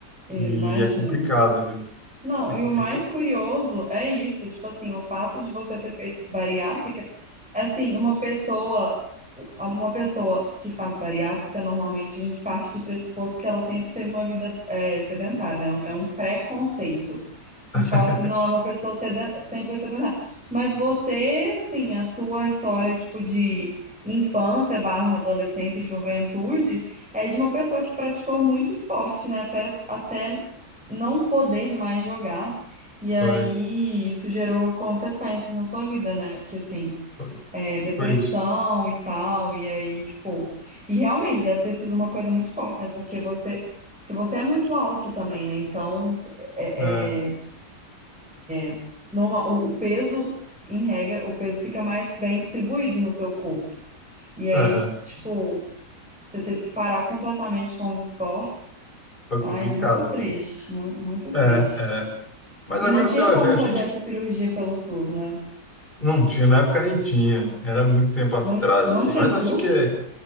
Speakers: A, in the centre; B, on the left.
A: Imagino.
B: e é complicado, viu?
A: Não,
B: É complicado.
A: e o mais curioso é isso, tipo assim, o fato de você ter feito bariátrica, assim, uma pessoa, uma pessoa que faz bariátrica, normalmente a gente parte do pressuposto que ela sempre teve uma vida é, sedentária, né? É um preconceito.
B: <laughs>
A: A gente fala assim, não, é uma pessoa seden- que sempre foi sedentária. Mas você, assim, a sua história, tipo, de infância barra adolescência e juventude, é de uma pessoa que praticou muito esporte, né? Até, até não poder mais jogar. E aí
B: Foi,
A: isso gerou consequências na sua vida, né? Que assim,
B: foi,
A: é, depressão
B: foi isso.
A: e tal. E aí, tipo. E realmente deve ter sido uma coisa muito forte, né? Porque você. Porque você é muito alto também, né? Então, é,
B: É,
A: é, é, normal, o, o peso, em regra, o peso fica mais bem distribuído no seu corpo. E aí,
B: é,
A: tipo, você teve que parar completamente com os esportes.
B: foi
A: Ai,
B: complicado,
A: muito triste,
B: viu?
A: mu- muito
B: É,
A: triste.
B: é. Mas
A: E
B: agora
A: não tinha
B: você vai
A: como
B: ver, a
A: fazer
B: gente
A: essa cirurgia pelo SUS, né?
B: não tinha, na época nem tinha, era muito tempo atrás,
A: Não, não
B: assim,
A: tinha
B: mas
A: SUS?
B: acho que é-